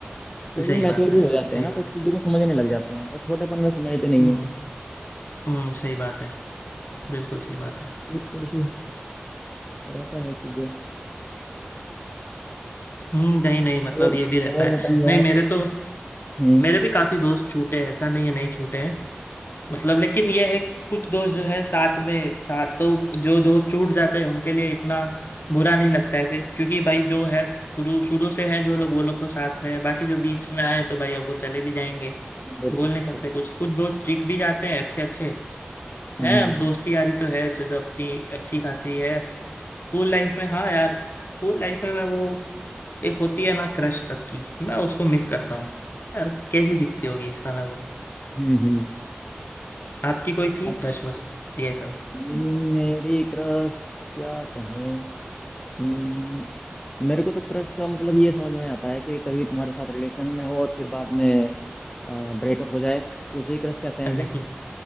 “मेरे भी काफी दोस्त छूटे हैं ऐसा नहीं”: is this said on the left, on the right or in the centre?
Left